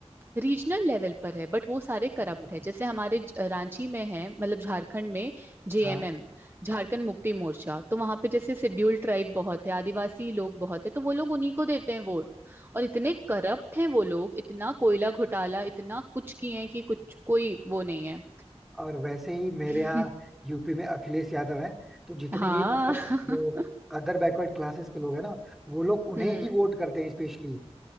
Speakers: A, on the right; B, in the centre.
A: रीजनल लेवल पर है बट वो सारे करप्ट
B: एग्जैक्टली
A: है जैसे हमारे ज- रांची में है मतलब झारखंड में जेएमएम
B: हाँ
A: झारखंड मुक्ति मोर्चा तो वहां पे जैसे शेड्यूल्ड ट्राइब बहुत है आदिवासी लोग बहुत है तो वो लोग उन्हीं को देते हैं वोट और इतने करप्ट हैं वो लोग इतना कोयला घोटाला इतना कुछ किए हैं कि कुछ कोई वो नहीं है
B: और वैसे ही मेरे
A: <laughs>
B: यहाँ यूपी में अखिलेश यादव हैं तो जितने
A: हाँ
B: भी मतलब
A: <laughs>
B: वो अदर बैकवर्ड क्लासेस के लोग हैं ना वो लोग उन्हें
A: हम्म
B: ही वोट करते हैं स्पेशली